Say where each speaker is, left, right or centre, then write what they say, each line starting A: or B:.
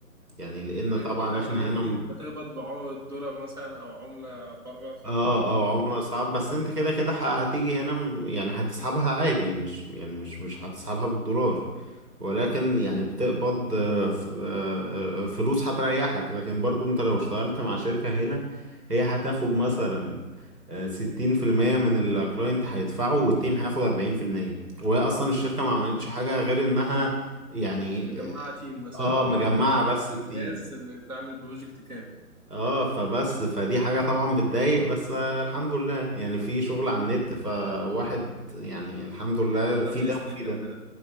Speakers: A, on the right (about 80°); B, on the right (about 65°).
A: يعني لأن
B: أكيد
A: طبعا
B: عشان
A: احنا
B: هتي-
A: هنا
B: هتقبض بالدولار مثلا أو عملة بره فرق
A: اه
B: العملة
A: اه عمرها صعب بس انت كده كده ح- هتيجي هنا م- يعني هتسحبها عادي مش يعني مش مش هتسحبها بالدولار ولكن يعني بتقبض آه، ف- آه، فلوس هتريحك لكن برضو انت لو اشتغلت مع شركة هنا هي هتاخد مثلا آه، ستين في المية من الكلاينت هيدفعه والتيم هياخد أربعين في المية وهي أصلا الشركة ما عملتش حاجة غير إنها يعني
B: مجمعة تيم مثلا
A: اه
B: أو
A: مجمعة
B: عندها عارفة
A: بس التيم
B: الناس اللي تعمل بروجكت كامل
A: اه فبس فدي حاجة طبعا بتضايق بس آه، الحمد لله يعني في شغل على النت فواحد يعني الحمد لله
B: ده
A: في
B: بيسند
A: ده وفي ده
B: جنب ده